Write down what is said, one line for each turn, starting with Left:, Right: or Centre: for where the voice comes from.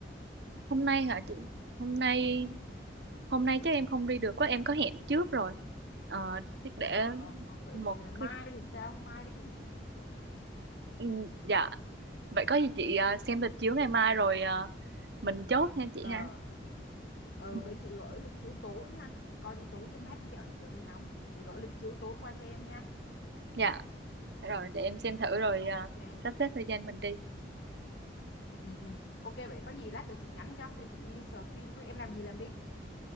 Right: hôm nay hả chị hôm nay
Left: Ừ.
Right: hôm nay chắc em không đi được quá em có hẹn trước rồi ờ, chắc để
Left: Ờ, vậy
Right: một
Left: ờ, mai
Right: cái
Left: thì sao? Mai đi.
Right: ừ, dạ vậy có gì chị ờ, xem lịch chiếu ngày mai rồi ờ, mình chốt ha chị
Left: Ờ
Right: ha
Left: ờ,
Right: Ừ.
Left: vậy chị gửi lịch chiếu tối ha. Coi đi tối cho mát chứ dạo này trời hơi nóng. Chị gửi lịch chiếu tối qua cho em nha.
Right: dạ rồi để em xem thử rồi
Left: Ok.
Right: ờ, sắp xếp thời gian mình đi
Left: ừ ừ ok vậy có gì lát nữa chị nhắn cho để chị đi search phim với em làm gì làm đi